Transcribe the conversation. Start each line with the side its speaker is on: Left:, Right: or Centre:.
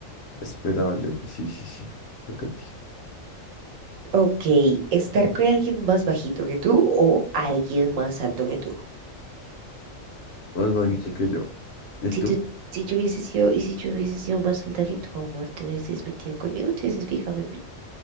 Left: esperable. Sí, sí, sí. Toca a ti.
Right: Ok, estar con alguien más bajito que tú o alguien más alto que tú.
Left: Más bajito que yo. ¿Y
Right: Si
Left: tú?
Right: tú, si yo hubiese sido, y si yo hubiese sido más alta que tu amor, ¿te hubieses metido conmigo? ¿Te hubieses fijado en mí?